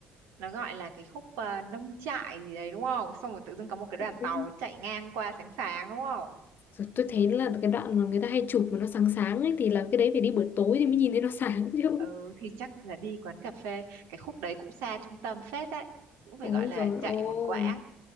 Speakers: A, on the right (about 60°); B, on the left (about 40°).
A: nó gọi là cái khúc ờ, nông trại gì đấy đúng không xong rồi tự dưng có một cái đoàn tàu
B: Nên-
A: chạy ngang qua sáng sáng đúng không
B: rồi tôi thấy là cái đoạn mà người ta hay chụp mà nó sáng sáng ấy thì là cái đấy phải đi buổi tối thì mới nhìn thấy nó sáng chứ
A: ừ thì chắc là đi quán cà phê cái khúc đấy cũng xa trung tâm phết đấy
B: <laughs>
A: cũng phải
B: ôi
A: gọi là
B: rồi
A: chạy
B: ôi
A: một quãng